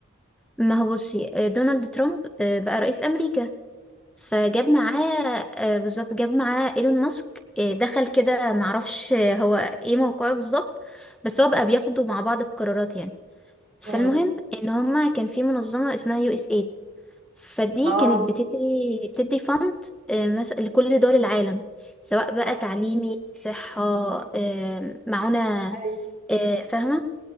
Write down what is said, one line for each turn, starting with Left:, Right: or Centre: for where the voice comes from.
Centre: ما هو بصي آه دونالد ترامب آه بقى رئيس امريكا فجاب معاه آه بالظبط جاب معاه ايلون ماسك آه دخل كده معرفش آه، هو ايه موقعه بالظبط بس هو بقى بياخدوا مع بعض القرارات يعني فالمهم
Right: امم
Centre: ان هما كان في منظمه اسمها يو اس إيه. فدي
Right: اه
Centre: كانت بتدي بتدي فند مثلا لكل دول العالم سواء
Right: صح
Centre: بقى تعليمي صحة آم، معونة
Right: ايوه
Centre: آه، فاهمة